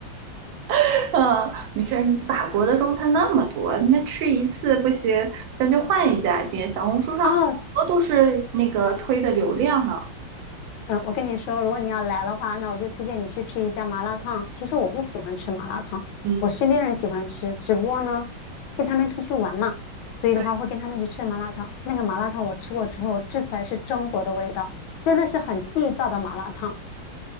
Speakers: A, on the right; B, on the left.
A: <laughs> 嗯，没事儿，法国的中餐那么多，那吃一次不行，咱就换一家店。小红书上好多都是那个推的流量呢。
B: 啊，嗯，我跟你说，如果你要来的话，那我就推荐你去吃一家麻辣烫。其实我不喜欢吃麻辣烫，
A: 嗯。
B: 我身边人喜欢吃，只不过呢，跟他们出去玩嘛，所以的话会跟他们去吃麻辣烫。
A: 对。
B: 那个麻辣烫我吃过之后，这才是中国的味道，真的是很地道的麻辣烫。